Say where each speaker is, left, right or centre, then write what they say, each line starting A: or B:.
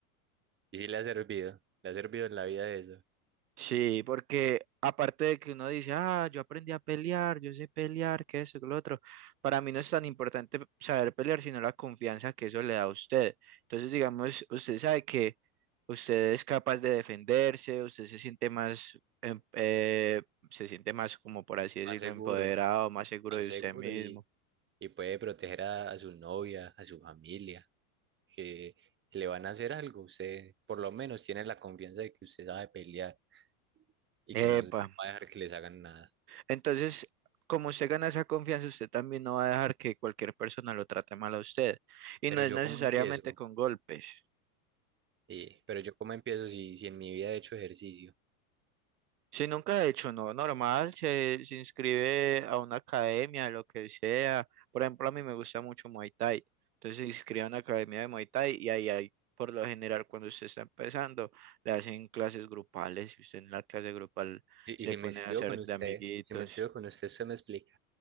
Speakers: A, on the right (about 25°); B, on the right (about 85°).
A: Y sí le ha servido, le ha servido en la vida eso.
B: Sí, porque aparte de que uno dice, ah, yo aprendí a pelear, yo sé pelear, que eso, que lo otro, para mí no es tan importante saber pelear, sino la confianza que eso le da a usted. Entonces, digamos, usted sabe que usted es capaz de defenderse, usted se siente más, em- eh, se siente más, como por así decirlo,
A: Más seguro,
B: empoderado, más seguro
A: más
B: de
A: seguro
B: usted mismo.
A: y y puede proteger a, a su novia, a su familia, que si le van a hacer algo, usted por lo menos tiene la confianza de que usted sabe pelear y
B: Epa.
A: que no va a dejar que les hagan nada.
B: Entonces, como usted gana esa confianza, usted también no va a dejar que cualquier persona lo trate mal a usted. Y
A: Pero
B: no es
A: yo
B: necesariamente
A: cómo empiezo,
B: con golpes.
A: Sí, pero yo cómo empiezo si, si en mi vida he hecho ejercicio.
B: Si nunca ha hecho, no, normal, se, se inscribe a una academia, lo que sea. Por ejemplo, a mí me gusta mucho Muay Thai. Entonces se inscribe a una academia de Muay Thai y ahí hay, por lo general, cuando usted está empezando, le hacen clases grupales y usted en la clase grupal
A: Sí,
B: se
A: y si
B: pone
A: me inscribo
B: a hacer
A: con usted,
B: de amiguitos.
A: si me inscribo con usted, usted me explica.